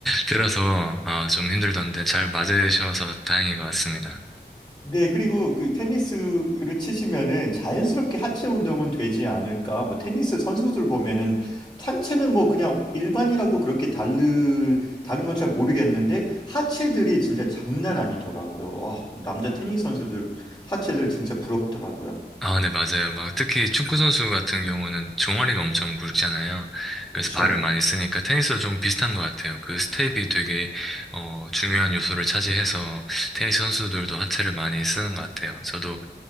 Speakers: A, in the centre; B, on the left.
A: 들어서 아, 좀 힘들던데 잘 맞으셔서 다행인 것 같습니다.
B: 네, 그리고 그 테니스를 치시면은 자연스럽게 하체 운동은 되지 않을까? 뭐 테니스 선수들 보면은 상체는 뭐 그냥 일반이라고 그렇게 다른 다른 건 잘 모르겠는데 하체들이 진짜 장난 아니더라고요. 아, 남자 테니스 선수들 하체들 진짜 부럽더라고요.
A: 아, 네, 맞아요. 막 특히 축구 선수 같은 경우는 종아리가 엄청 굵잖아요.
B: 그렇죠.
A: 그래서 발을 많이 쓰니까 테니스도 좀 비슷한 것 같아요. 그 스텝이 되게 어, 중요한 요소를 차지해서 테니스 선수들도 하체를 많이 쓰는 것 같아요. 저도